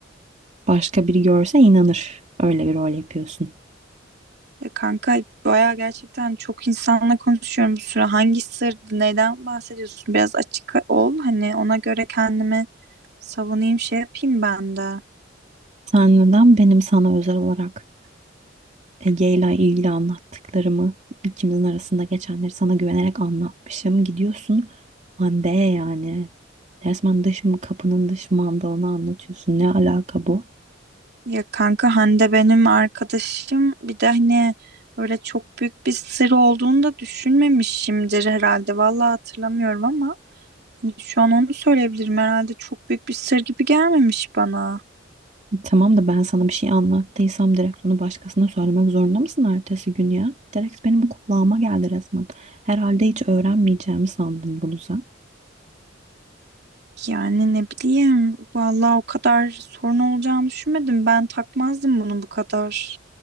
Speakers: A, on the right; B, on the right.
A: Başka biri görse inanır öyle bir rol yapıyorsun.
B: Ya kanka baya gerçekten çok insanla konuşuyorum bu süre. Hangi sırdı? Neyden bahsediyorsun? Biraz açık ol. Hani ona göre kendimi savunayım şey yapayım ben de.
A: Sen neden benim sana özel olarak Ege'yle ilgili anlattıklarımı ikimizin arasında geçenleri sana güvenerek anlatmışım. Gidiyorsun Hande yani. Resmen dış kapının dış mandalını anlatıyorsun. Ne alaka bu?
B: Ya kanka Hande benim arkadaşım. Bir de hani öyle çok büyük bir sır olduğunu da düşünmemişimdir herhalde. Vallahi hatırlamıyorum ama. Hani şu an onu söyleyebilirim. Herhalde çok büyük bir sır gibi gelmemiş bana.
A: Tamam da ben sana bir şey anlattıysam direkt onu başkasına söylemek zorunda mısın ertesi gün ya? Direkt benim kulağıma geldi resmen. Herhalde hiç öğrenmeyeceğimi sandın bunu sen.
B: Yani ne bileyim. Vallahi o kadar sorun olacağını düşünmedim. Ben takmazdım bunu bu kadar.